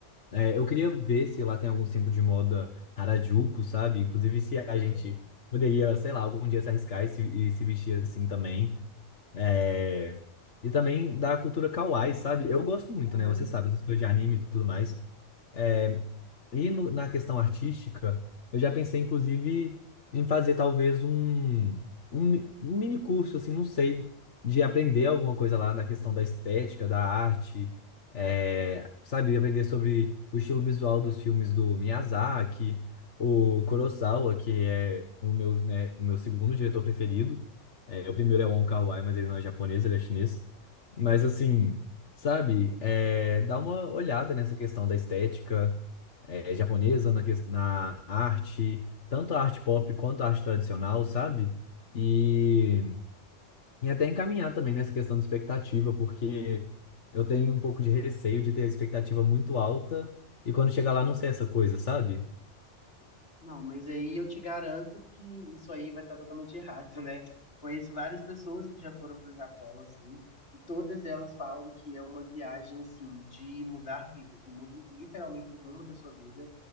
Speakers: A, on the left; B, on the left.
A: É, eu queria ver se lá tem algum centro de moda Harajuku, sabe? Inclusive se
B: Uhum,
A: a gente poderia, sei lá, algum dia se arriscar e se, e se vestir assim também. É, E também da cultura kawaii, sabe? Eu gosto muito,
B: uhum.
A: né? Você sabe, essas coisas de anime e tudo mais. Eh, E no- na questão artística, eu já pensei, inclusive, em fazer talvez um, um, mi- um mini curso, assim, não sei, de aprender alguma coisa lá na questão da estética, da arte, é, sabe, aprender sobre o estilo visual dos filmes do Miyazaki, o Kurosawa, que é o meu, né, o meu segundo diretor preferido. É, o primeiro é o Wong Kar-wai, mas ele não é japonês, ele é chinês. Mas assim, sabe, é, dá uma olhada nessa questão da estética é, japonesa, na, ques- na arte, tanto a arte pop quanto a arte tradicional, sabe? E, e até encaminhar também nessa questão de expectativa, porque eu tenho um pouco de receio de ter a expectativa muito alta e quando chegar lá não ser essa coisa, sabe?
B: Não, mas aí eu te garanto que isso aí vai estar totalmente errado, né? Conheço várias pessoas que já foram para o Japão, assim, e todas elas falam que é uma viagem, assim, de mudar vida, que muda literalmente o rumo da sua vida,